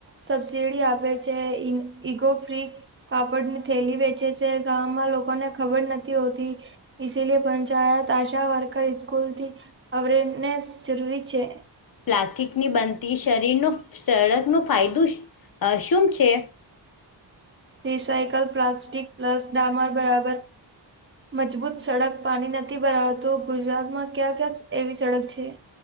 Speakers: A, on the right (about 30°); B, on the left (about 55°).
A: સબસીડી આપે છે. ઈગો ફ્રી- કાપડ ની થેલી વેચે છે ગામમાં લોકોને ખબર નથી હોતી- લિ પંચાયત આશા વર્કર સ્કૂલથી અવેરનેસ જરૂરી છે.
B: પ્લાસ્ટિકની બનતી શરીરનો સળક ન ફાયદો શું છે.
A: રિસાઇકલ પ્લાસ્ટિક પ્લસ ડામર બરાબર- મજબૂત સડક પાણી નથી ભરાવતો ગુજરાતમાં ક્યાં ક્યા એવી સડક છે.